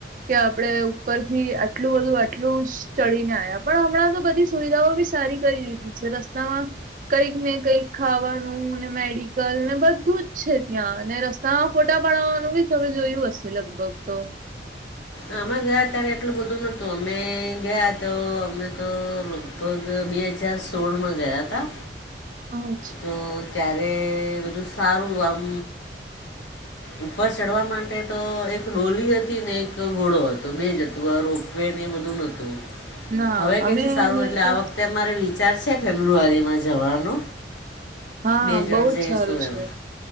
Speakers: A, on the right (about 45°); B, on the left (about 85°).
A: કે આપડે ઉપરથી આટલું બધું આટલું જ. ચડીને આપ્યા, પણ હમણાં તો બધી સુવિધાઓ બી સારી કરી દીધી છે રસ્તામાં. કંઈક ને કઈક ખાવાનું ને, મેડિકલ ને બધું જ છે, ત્યાં ને રસ તામાં ફોટા પાડાવવાનું બી તમે જોયું હશે, લગભગ તો.
B: આમાં ગયા ત્યારે એટલું બધું નતું, અમે ગયા તો અમને તો. લગભગ બે હજાર સોળમાં ગયા હતા.
A: હ.
B: તો ત્યારે બધું સારું આમ.
A: <unintelligible>
B: ઉપર ચડવા માટે તો એક ડોલી હતી ને, એક ઘોડો હતો બે જ હતો રોપ. વેને બધું નોતું,
A: ના
B: હવે કે
A: અમે
B: છે, સારું
A: ગયા
B: એટલે આ
A: તા
B: વખતે. મારે વિચાર છે, ફેબ્રુઆરીમાં જવાનો.
A: હા,
B: બે જણ
A: બહુ
B: જઈશું
A: જ સારું છે.
B: એમ